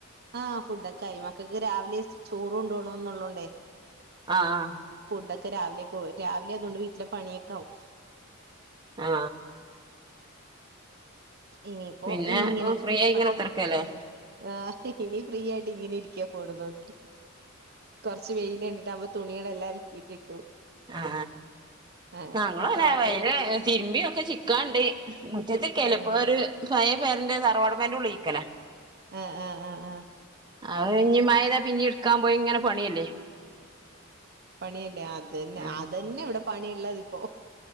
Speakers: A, on the right; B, on the right.
A: ആ.. ഫുഡൊക്കെ ആയി. മക്കൾക്കുരാവിലെ ചോറു കൊണ്ടുപോണമെന്നുള്ള കൊണ്ടേ
B: ആ.. ആ
A: അതൊക്കെരാവിലേക്കു രാവിലെയതുകൊണ്ടുവീട്ടിലെ പണിയൊക്കെ യാകും.
B: ആ
A: ഇനിയിപ്പോ
B: പിന്നെ
A: ഇങ്ങനെ
B: ഫ്രീ ആയി
A: ഭക്ഷ
B: ഇങ്ങനെ കുത്തർക്കല്ലേ
A: ആ.. ഇനി ഫ്രീയായിട്ടിങ്ങനെ ഇരിക്കാം ഫോണു നോക്കി. കൊറച്ചുവെയി കണ്ടിട്ടപ്പോ തുണികളെല്ലാം അലക്കിയിട്ടിട്ടു
B: ആ..
A: ആഹ്
B: ആ ഞങ്ങളുമങ്ങനെയാ
A: അപ്പൊ ആ
B: വെയില്
A: പണി
B: തിരുമ്പിയതൊക്കെ ചിക്കാനുണ്ടേ, മുറ്റത്തുചിലപ്പോലൊരു
A: ആഹ്
B: ഭയം പേരുന്റെ തറവാടു പെരൻ്റെ ഉള്ളിൽ ചിക്കലാ
A: അ.. ആ. അ. ആ
B: അതുകഴിഞ്ഞു മഴ പെയ്താ പിന്നെയെടുക്കാൻ പോയിങ്ങനെ പണിയല്ലേ
A: പണിയല്ലേ, അതുതന്നെ
B: ഉം
A: അതുതന്നെയായിവിടെ പണിയുള്ളതിപ്പോ